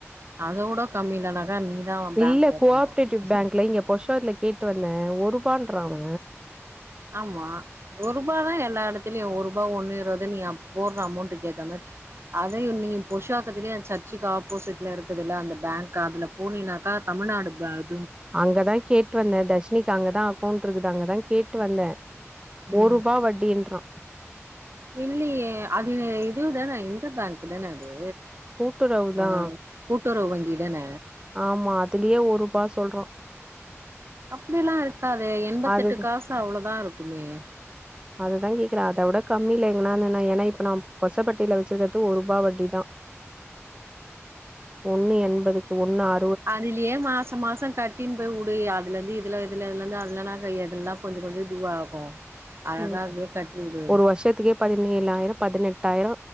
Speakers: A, on the right; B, on the right.
A: அதோட கம்மிலனாக்கா நீதா பேங்க்
B: இல்ல
A: ஓபன்
B: கோ ஆப்ரேட்டிவ்
A: பண்ணு
B: பேங்க்ல இங்க புருஷோவாக்கத்துல கேட் டு வந்தே ஒரு ரூபான்றாங்க
A: ம் ஆமா ஒரு ரூபா தா எல்லா எடத்திலியு ஒரு ரூபா ஒண்ணு இருபது நீ போட்ற அமௌண்ட் கேத்த மாரி அதையு நீ புருஷோவக்கத்துலயே சர்ச்சுக்கு ஆப்போசிட்லருக்குதுல்ல அந்த பேங்க்கு அதுல போனீனாக்கா தமிழ்நாடு பேங்
B: அங்கதா கேட்டு வந்தே தர்ஷினி ட்ட அங்கதா அக்கௌண்ட் இருக்குது அங்கதா கேட்டு வந்தே
A: ம்
B: ஒரு ரூபா வட்டின்றா
A: இல்லையே அது இதுதான இந்த பேங்க் தானே அது
B: கூட்டுறவுதா
A: ஆ கூட்டுறவு வங்கி தான
B: ஆமா அதுலயே ஒரு ரூபா சொல்றா
A: அப்படில்லா இருக்காதே எம்பத்தெட்டு
B: அது
A: காசு அவ்ளோதா இருக்குமே
B: அததா கேக்கறே அத உட கம்மில எங்கன்னா <unintelligible> ஏன்னா இப்ப நா கொசப்பட்டியில வச்சுருக்கது ஒரு ரூபா வட்டி தா ஒண்ணு எம்பதுக்கு ஒண்ணு ஆ
A: அதுலியே மாசோ மாசோ கட் டின் போய் உடு அதுலருந்து இதுலா இதுல இதுலருந்து அதுலலா க எதுல்லா கொஞ்சே கொஞ்சே இதுவாகு அதுதா
B: ம்,
A: அதுலயே கட்டிடு
B: ஒரு வருஷத்துக்கே பதினேழாயிரோ பதினெட்டாயிரோ